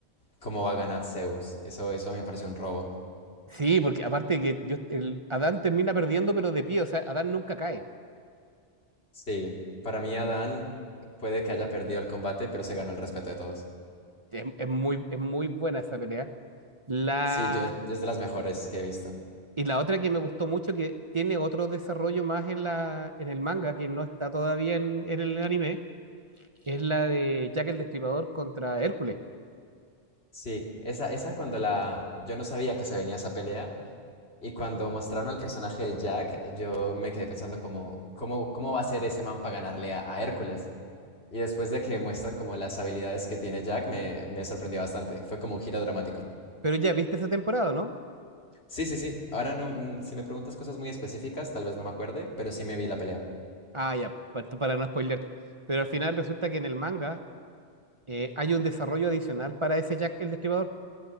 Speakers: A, on the left; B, on the right.
A: cómo va a ganar Zeus. Eso, eso me pareció un robo.
B: sí, porque aparte que Dios- el, Adán termina perdiendo, pero de pie, o sea, Adán nunca cae.
A: Sí, para mí Adán puede que haya perdido el combate, pero se ganó el respeto de todos.
B: Es, es muy, es muy buena esa pelea. La,
A: Sí, yo, es de las mejores que he visto.
B: y la otra que me gustó mucho, que tiene otro desarrollo más en, la, en el manga, que no está todavía en, en el anime, es la de Jack el Destripador contra Hércules.
A: Sí, esa, esa cuando la... Yo no sabía que se venía esa pelea y cuando mostraron al personaje de Jack, yo me quedé pensando como, ¿cómo, cómo va a ser ese man para ganarle a, a Hércules? Y después de que muestran como las habilidades que tiene Jack, me, me sorprendió bastante. Fue como un giro dramático.
B: Pero ya viste esa temporada, ¿no?
A: Sí, sí, sí. Ahora no, mm, si me preguntas cosas muy específicas, tal vez no me acuerde, pero sí me vi la pelea.
B: Ah, ya, pa- para no spoilearte. Pero al final resulta que en el manga eh, hay un desarrollo adicional para ese Jack el Destripador,